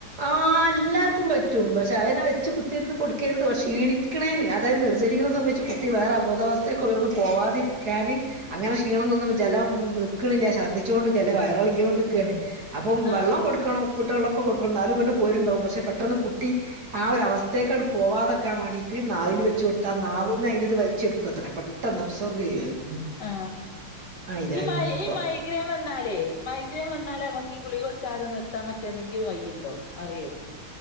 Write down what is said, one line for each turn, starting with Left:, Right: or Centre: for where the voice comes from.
Right: ആഹ് എല്ലാർക്കും പറ്റും പക്ഷെ അതന്നെ വെച്ച് ത്തിന്ന് കൊടുക്കരുത് ക്ഷണിക്കണേന് അതായത് നിർജ്ലികരണം സംബധിച്ച് കുട്ടി വേറെ അബോധാവസ്ഥ ത്തെ ഉയർന്ന് പോവാതിരിക്കാന് അങ്ങനെ ക്ഷീണം തൊന്നും ജലം നിക്കണില്ല ഛർദിച്ചുകൊണ്ട് നിൽക്കുവയല്ലേ വയറിളുകിയോണ്ടിരിക്കുണ്. അപ്പം
Left: ആഹ്
Right: വെള്ളം കൊടുക്കണം ഉപ്പിട്ട വെള്ളക്കെ കൊടുക്കണം ന്നാലുങ്ങട്ട് പോര്ണ്ടാവും പക്ഷ പെട്ടെന്ന് കുട്ടി ആഹ ഒരു അവസ്ഥേക്കാട് പോവാതെക്കാൻ വേണ്ടിയിട്ട് നാവിൽ വെ ചൊട്ത്താ
Left: ഉം ഉം
Right: നാവിന്ന് അതിന്റെത് വലിച്ചെടുക്കത്ര പെട്ടന്ന് ഒപ്സർവ് ചെയ്യു
Left: ആഹ്
Right: ആഹ ഇല്ല
Left: ഈ മൈ
Right: ഉപ്പ
Left: ഈ മൈഗ്രേൻ വന്നാലേ, മൈഗ്രേൻ വന്നാലേ മൈഗ്രെയ്ൻ വന്നാലേ നമുക്ക് ഈ ഗുളിക കുടിച്ചാതെ നിർത്താൻ പറ്റിയ എന്തെങ്കിലും വഴിയുണ്ടോ. അറിയോ